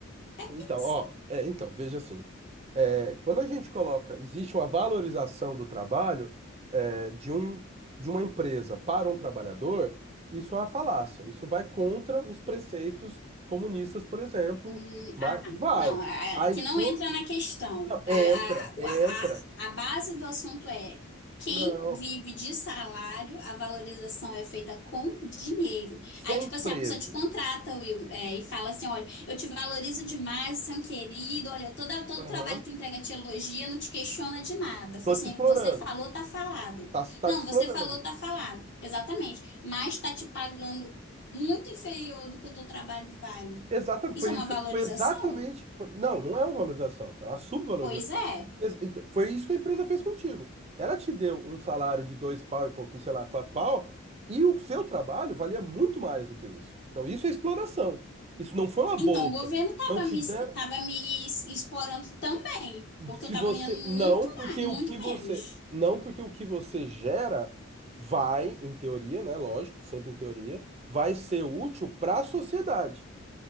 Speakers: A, on the left; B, on the right.
A: É
B: Sim,
A: Pix.
B: Então, ó, é, então, veja assim, é, quando a gente coloca, existe uma valorização do trabalho é, de um, de uma empresa para um trabalhador, isso é uma falácia, isso vai contra os preceitos comunistas, por exemplo,
A: Hum,
B: mas
A: ah,
B: vai,
A: não, a-
B: a
A: a- que
B: explo...
A: não entra na questão.
B: Não,
A: A,
B: entra,
A: a, o-
B: entra,
A: a, a base do assunto é quem
B: não,
A: vive de salário, a valorização é feita com dinheiro.
B: se
A: Aí,
B: a empresa,
A: tipo assim, a pessoa te contrata, Will, é, e fala assim: olha, eu te valorizo demais, você é um querido, olha, toda, todo
B: Aham.
A: trabalho que tu entrega te elogia, não te questiona de nada. Fala
B: tô te
A: assim,
B: explorando,
A: você falou, tá falado.
B: tá, tá
A: Não,
B: te explorando,
A: você falou, tá falado. Exatamente. Mas tá te pagando muito inferior do que o teu trabalho vale.
B: Exatamente,
A: Isso
B: foi
A: é uma
B: isso,
A: valorização?
B: foi exatamente. foi- não, não é uma valorização, é uma subvalorização.
A: Pois é.
B: Ex- Então, foi isso que a empresa fez contigo. Ela te deu um salário de dois pau e pouquinho, sei lá, quatro pau, e o seu trabalho valia muito mais do que isso. Então, isso é exploração. Isso não foi uma bolsa.
A: Então, o governo estava
B: Não te
A: me,
B: deram.
A: tava me explorando também, porque
B: Se
A: eu estava
B: você.
A: ganhando muito
B: Não, porque
A: mais, muito
B: o que você.
A: menos.
B: Não, porque o que você gera vai, em teoria, né? Lógico, sempre em teoria, vai ser útil para a sociedade.